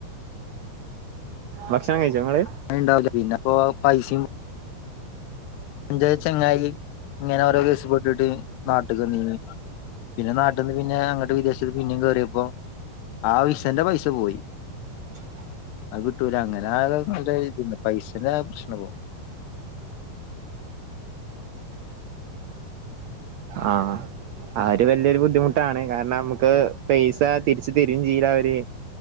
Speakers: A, on the right (about 85°); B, on the left (about 85°).
A: ഭക്ഷണം കഴിച്ചോ ഇങ്ങള്
B: പണിണ്ടാവൂല പിന്നെപ്പോ പൈസിം ഇന്റെ ചങ്ങായി ഇങ്ങനോരോ കേസ് പെട്ടിട്ട് നാട്ട്ക്ക് വന്നീനി പിന്നെ നാ ട്ട്ന്ന് പിന്നെ അങ്ങട്ട് വിദേശത്ത്ക്ക് പിന്നിം കേറിയപ്പം ആ വിസന്റെ പൈസ പോയി
A: <inaudible>
B: അത് കിട്ടൂല അങ്ങനെ <unintelligible> ത്ണ്ട് പൈസന്റെ പ്രശ്നാവും
A: ആഹ് ആ ഒര് വല്യൊരു ബുദ്ധിമുട്ടാണ് കാരണം നമുക്ക് പൈസാ തിരിച്ച് തരും ചെയ്യൂലവര്